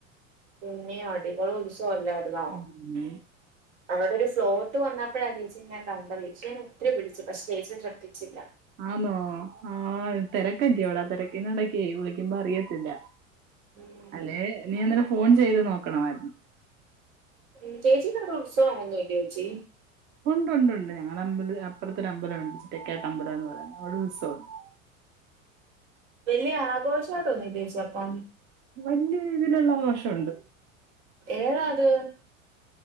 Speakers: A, on the right; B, on the right.
A: പിന്നെ അടിപൊളി ഉത്സവല്ലാരുന്നോ
B: ഉം
A: അവിടൊരു ഫ്ലോട്ട് വന്നപ്പോഴാ ചേച്ചിനെ ഞാൻ കണ്ടത് ചേച്ചിനെ ഞാൻ ഒത്തിരി വിളിച്ചു പക്ഷെ ചേച്ചി ശ്രദ്ധിച്ചില്ല
B: ആന്നോ ആ തിരക്കല്ലോടാ തിരക്കി നിടക്കായി വിളിക്കുമ്പോ അറിയത്തില്ല
A: ഉം
B: അല്ലെ നീ അന്നേരം ഫോൺ ചെയ്ത് നോക്കണമായിരുന്നു
A: ഉം ചേച്ചിക്കവിടെ ഉത്സവം ഒന്നുല്ലേച്ചി
B: ഒണ്ട് ഒണ്ട് ഞങ്ങളെ അമ്പല അപ്പുറത്തൊരു അമ്പലുണ്ട് ചിറ്റക്കാട്ട് അമ്പലം എന്ന് പറയുന്ന അവിടെ ഉത്സവമുണ്ട്
A: വലിയ ആഘോഷായിട്ടോന്നൂല്ലേച്ചി അപ്പൊ
B: വലിയ രീതിയിലുള്ള ആഘോഷമുണ്ട്
A: ഏതാത്